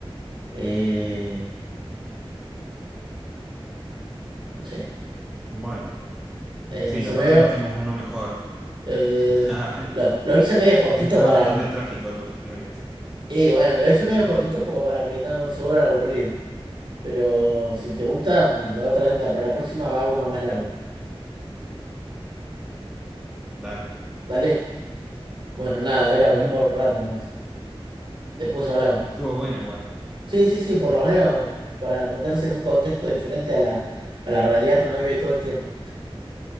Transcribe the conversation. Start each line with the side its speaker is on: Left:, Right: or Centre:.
Right: Eh, no sé.
Centre: Bueno,
Right: Eh,
Centre: sí,
Right: se
Centre: la
Right: me
Centre: próxima
Right: veo.
Centre: hacemos uno mejor.
Right: Eh,
Centre: <laughs> Arre.
Right: lo, lo hice medio cortito
Centre: Estaba
Right: para
Centre: bastante
Right: que.
Centre: trágico tus historias.
Right: Y bueno, lo hice medio cortito como para que no se vuelvan aburridos. Pero si te gustan, la otra vez, la- para la próxima va uno más largo.
Centre: Dale.
Right: ¿Vale? Bueno, nada, era
Centre: Ujú.
Right: para jugar un rato nomás. Después hablamos.
Centre: Estuvo bueno igual.
Right: Sí, sí, sí, por lo menos para meterse en un contexto diferente a la, a la realidad que uno vive todo el tiempo.